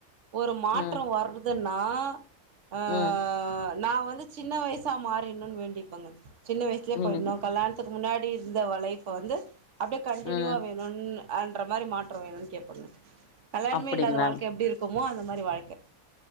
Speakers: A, on the right; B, on the left.
A: ஒரு மாற்றம்
B: ம்.
A: வ ருதுன்னா ஆ
B: ம்.
A: நா வந்து சின்ன வயசா மாறின்ணும்னு வேண்டிப்பேங்க சின்ன வயசுலயே
B: நீங்க
A: போயிட்ணு கல்யாணத்துக்கு முன்னாடி இருந்த லைஃப்ப வந்து அப்படியே கன்டினுவா
B: ம்.
A: வேணும்னு அன்ற மாறி மாற்றம் வேணும்னு கேப்பங்க கல்யாணமே
B: அப்படிங்களாங்க.
A: இல்லாத வாழ்க்க எப்டி இருக்குமோ அந்த மாறி வாழ்க்க